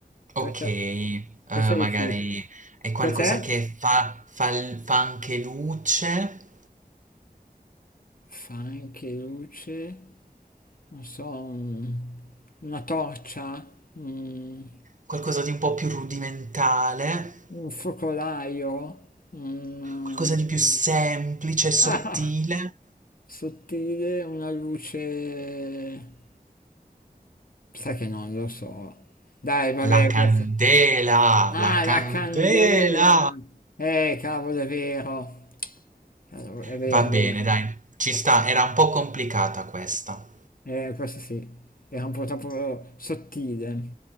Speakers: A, on the right (about 50°); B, on the left (about 60°).
A: Ok,
B: questa,
A: eh,
B: questa è
A: magari
B: difficile.
A: è qualcosa
B: Cos'è?
A: che fa, fa, fa anche luce,
B: Fa anche luce, non so, un- una torcia, un,
A: qualcosa di un po' più rudimentale,
B: un focolaio, un...
A: qualcosa di più semplice, sottile.
B: Ah! Sottile, una luce... Sai che non lo so. Dai, vabbè,
A: La candela,
B: questa... Ah,
A: la candela!
B: la candela! Eh, cavolo, è vero. Cavolo, È vero,
A: Va bene,
B: è vero.
A: dai, ci sta, era un po' complicata questa.
B: Eh, questo sì, era un po' troppo eh, sottile.